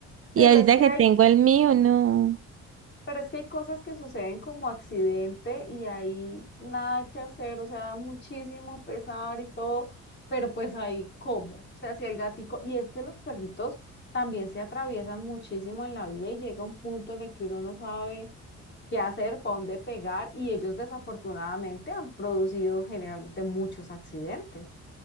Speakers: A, on the left; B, on the right.
A: Pero
B: Y ahorita
A: es que
B: que
A: hay,
B: tengo el mío, no.
A: pero es que hay cosas que suceden como accidente y hay nada que hacer, o sea, muchísimo pesar y todo, pero pues ahí cómo. O sea, si el gatico, y es que los perritos también se atraviesan muchísimo en la vida y llega un punto en el que uno no sabe. qué hacer, para dónde pegar, y ellos desafortunadamente han producido generalmente muchos accidentes.